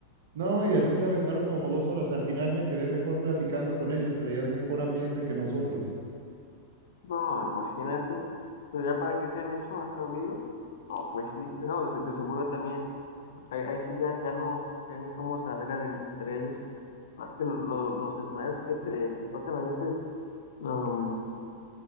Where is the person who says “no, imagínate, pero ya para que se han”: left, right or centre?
Left